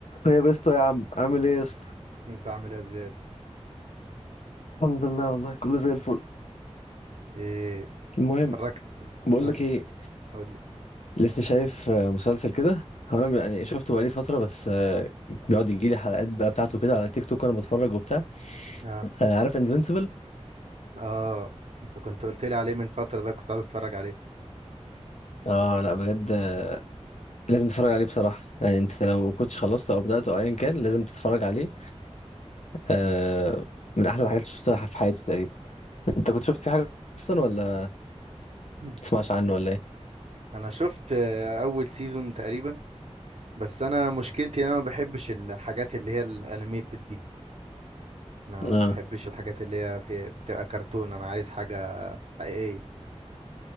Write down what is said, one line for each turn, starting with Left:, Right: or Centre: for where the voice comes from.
Left: طيب يا اسطى يا عم عامل ايه يا اسطى
Right: انت عامل ايه زياد
Left: الحمد لله والله كله زي الفل
Right: ايه
Left: المهم
Right: اتفرجت
Left: بقول
Right: قول
Left: لك ايه
Right: لي قول لي
Left: لسه شايف آه، مسلسل كده هو انا يعني شفته بقالي فتره بس آه، بيقعد يجي لي حلقات بقى بتاعته كده على تيك توك وانا بتفرج وبتاع
Right: اه
Left: آه، عارف انفينسيبل
Right: اه انت كنت قلت لي عليه من فترة ده كنت عايز اتفرج عليه
Left: اه لا بجد آه، لازم تتفرج عليه بصراحه يعني انت لو ما كنتش خلصته او بداته او ايا كان لازم تتفرج عليه آه، من احلى الحاجات اللي شفتها في حياتي تقريبا انت كنت شفت فيه حاجه اصلا ولا ما
Right: مم.
Left: تسمعش عنه ولا ايه
Right: انا شفت آه، اول سيزون تقريبا بس انا مشكلتي إن انا ما بحبش الحاجات اللي هي الانيميتد دي انا
Left: امم
Right: ما بحبش الحاجات اللي هي في بتبقى كرتون انا عايز حاجة حقيقية